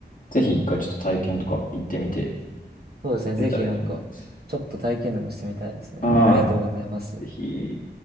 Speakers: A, on the left; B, on the right.
A: ぜひ一回ちょっと体験とか行ってみて、行っ
B: そうですね。
A: てみたらいいと思います。
B: ぜひなんか、ちょっと体験でもしてみたいですね。
A: はい。
B: ありがとうございます。
A: ぜひ。